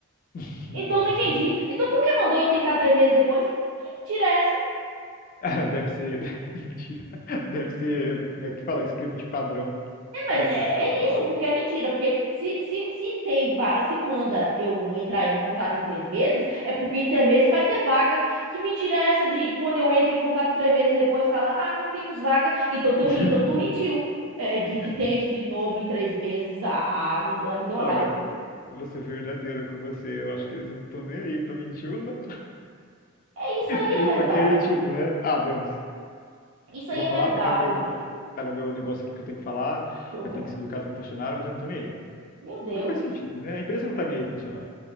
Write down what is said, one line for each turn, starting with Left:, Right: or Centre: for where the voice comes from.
Left: <laughs>
Right: Então não entendi. Então por que mandou eu tentar três meses depois? Que mentira é essa?
Left: <laughs> Deve ser. <laughs> Mentira. Deve ser. Como é que fala? Script padrão
Right: É, mas
Left: da
Right: é,
Left: pessoa
Right: é
Left: falar.
Right: isso, porque é mentira. Porque se, se, se tem va- se manda eu entrar em contato em três meses, é porque em três meses vai ter vaga. Que mentira é essa de e quando eu entro em contato três meses depois fala, ah, não temos vaga. Então tu,
Left: <laughs>
Right: então tu mentiu. É, de, de
Left: É mentira.
Right: tente de novo em três meses. Ah, ah, me, ah, me deu
Left: Olha,
Right: uma raiva, viu?
Left: eu vou ser verdadeiro com você. Eu acho que eles não estão nem aí pra mentir ou <laughs>
Right: É isso aí,
Left: Eles
Right: é verdade.
Left: só querem, tipo, né? Ah, dane-se.
Right: Isso
Left: Eu
Right: aí
Left: vou
Right: é
Left: falar
Right: verdade,
Left: porque tá no meu,
Right: velho.
Left: tá no meu negócio aqui que eu tenho que falar.
Right: Que horror.
Left: Eu tenho que ser educado com o funcionário, mas eu não tô nem aí.
Right: Meu Deus.
Left: O que faz sentido, né? A empresa não tá nem aí com o funcionário,